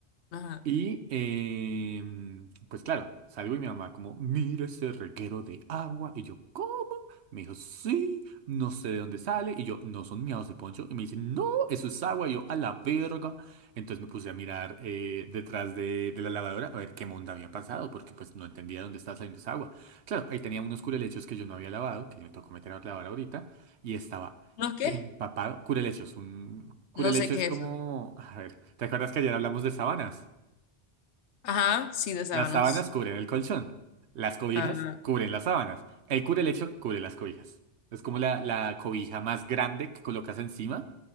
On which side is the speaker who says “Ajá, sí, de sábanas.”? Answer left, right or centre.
Left